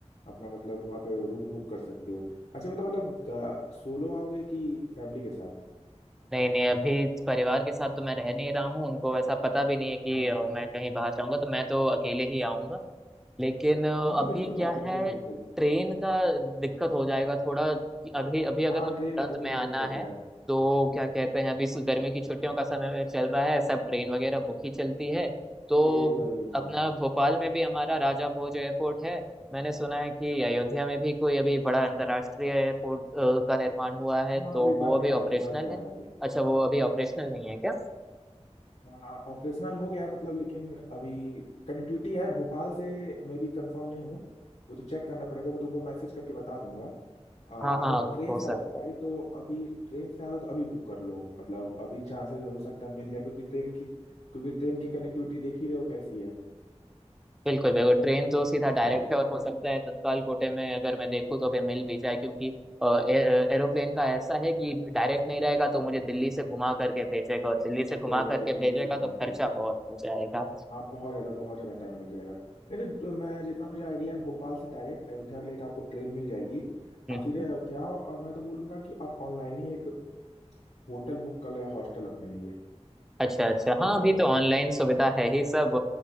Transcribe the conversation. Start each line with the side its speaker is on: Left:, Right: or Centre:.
Left: अपना मतलब वहाँ पे रूम बुक कर सकते हो अच्छा बताओ मतलब सोलो आओगे कि फैमिली के साथ
Centre: नहीं नहीं अभी परिवार के साथ तो मैं रह नहीं रहा हूँ उनको ऐसा पता भी नहीं है कि
Left: हाँ हाँ
Centre: अ,
Left: हाँ
Centre: मैं कहीं बाहर जाऊंगा तो मैं तो अकेले ही आऊंगा लेकिन अ,
Left: हाँ हाँ
Centre: अभी
Left: बिल्कुल
Centre: क्या
Left: भाई बिल्कुल
Centre: है
Left: बिल्कुल
Centre: ट्रेन का दिक्कत हो जाएगा थोड़ा कि अभी अभी अगर
Left: हाँ
Centre: मुझे
Left: ट्रेन
Centre: तुरंत
Left: का तो
Centre: में
Left: थोड़ा
Centre: आना
Left: दिक्कत
Centre: है
Left: है
Centre: तो क्या कहते हैं अभी इस गर्मियों की छुट्टियों का समय चल रहा है सब ट्रेन वगैरह बुक ही चलती है तो
Left: हाँ ये तो है ये तो
Centre: अपना
Left: है
Centre: भोपाल में भी हमारा राजा भोज एयरपोर्ट है मैंने सुना है कि अयोध्या में भी कोई अभी बड़ा अंतर्राष्ट्रीय एयरपोर्ट अ, का निर्माण हुआ है
Left: हाँ
Centre: तो
Left: अभी
Centre: वो
Left: बन
Centre: अभी
Left: रहा
Centre: ऑपरेशनल
Left: है बन रहा
Centre: है
Left: है अभी
Centre: अच्छा वो अभी ऑपरेशनल नहीं है क्या
Left: हाँ ऑपरेशनल हो गया है मतलब लेकिन अभी कनेक्टिविटी है भोपाल से मैं भी कंफर्म नहीं हूँ वो तो चेक करना पड़ेगा मैं तुमको मैसेज करके बता दूंगा आ,
Centre: हाँ
Left: अगर
Centre: हाँ
Left: ट्रेन
Centre: हो
Left: से
Centre: सकता
Left: आ रहे हो भाई
Centre: है
Left: तो अभी ट्रेन से आ रहे हो तो अभी बुक कर लो मतलब अभी चांसेस हो सकता है मिल जाए क्योंकि ट्रेन की क्योंकि ट्रेन की कनेक्टिविटी देख ही रहे हो कैसी है
Centre: बिल्कुल बिल्कुल ट्रेन तो सीधा डायरेक्ट है और हो सकता है तत्काल कोटे में अगर मैं देखूँ तो भी मिल भी जाए क्योंकि अ, ए- एरोप्लेन का ऐसा है कि डायरेक्ट नहीं रहेगा तो मुझे दिल्ली से घुमा करके भेजेगा और दिल्ली
Left: आ, ये
Centre: से घुमा
Left: तो है ये
Centre: करके
Left: तो दिल्ली
Centre: भेजेगा
Left: से घुमा
Centre: तो खर्चा
Left: के
Centre: बहुत हो जाएगा
Left: हाँ बहुत ज़्यादा बहुत ज़्यादा टाइम लग जाएगा नहीं तो तो मैं जितना मुझे आइडिया है भोपाल से डायरेक्ट अयोध्या के लिए आपको ट्रेन मिल जाएगी
Centre: हम्म,
Left: आप सीधे
Centre: हम्म।
Left: अयोध्या आओ और मैं तो बोलूंगा कि आप ऑनलाइन ही एक होटल बुक कर लिया हॉस्टल अपने लिए
Centre: अच्छा अच्छा
Left: और
Centre: हाँ अभी तो ऑनलाइन सुविधा है ही सब